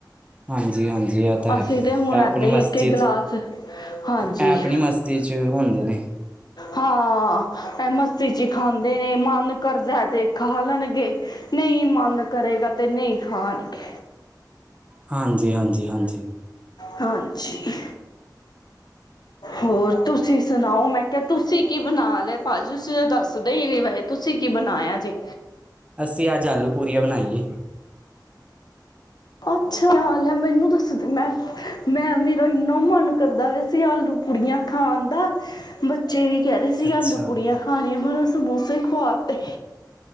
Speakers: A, on the right; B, on the left.
A: ਹਾਂਜੀ ਹਾਂਜੀ, ਇਹ ਤਾਂ ਹੈ,
B: ਅਸੀਂ ਤੇ ਹੁਣ
A: ਇਹ ਆਪਣੀ
B: ਏਦਾਂ ਹੀ
A: ਮਸਤੀ
B: ਇੱਕ ਇੱਕ
A: ਚ
B: ਗਲਾਸ ਹਾਂਜੀ
A: ਇਹ ਆਪਣੀ ਮਸਤੀ ਚ ਹੁੰਦੇ ਨੇ,
B: ਹਾਂ ਇਹ ਮਸਤੀ ਚ ਹੀ ਖਾਂਦੇ ਨੇ, ਮਨ ਕਰਜ਼ਾ ਤੇ ਖਾ ਲੈਣਗੇ। ਨਹੀਂ ਮਨ ਕਰੇਗਾ ਤੇ ਨਹੀਂ ਖਾਣਗੇ।
A: ਹਾਂਜੀ ਹਾਂਜੀ ਹਾਂਜੀ,
B: ਹਾਂਜੀ ਹੋਰ ਤੁਸੀਂ ਸੁਣਾਓ, ਮੈਂ ਤੇ ਤੁਸੀਂ ਕੀ ਬਣਾ ਲਏ, ਭਾਜੀ ਤੁਸੀਂ ਤਾਂ ਦੱਸਦੇ ਹੀ ਨੀ ਪਏ, ਤੁਸੀਂ ਕੀ ਬਣਾਇਆ ਜੇ।
A: ਅਸੀਂ ਅੱਜ ਆਲੂ ਪੁੜਿਆਂ ਬਣਾਈ ਏ।
B: ਅੱਛਾ ਖ਼ਯਾਲ ਹੈ ਮੈਨੂੰ ਦੱਸਦੇ, ਮੈਂ ਮੈਂ ਮੇਰਾ ਇੰਨਾ ਮਨ ਕਰਦਾ ਪਯਾ ਸੀ, ਆਲੂ ਪੁੜਿਆਂ ਖਾਣ ਦਾ। ਬੱਚੇ ਵੀ ਕਹਿਦੇ ਰਹੇ ਸੀ
A: ਅੱਛਾ
B: ਆਲੂ ਪੁੜਿਆਂ ਖਾਣੀਆਂ, ਪਰ ਸਮੋਸੇ ਖਵਾਤੇ।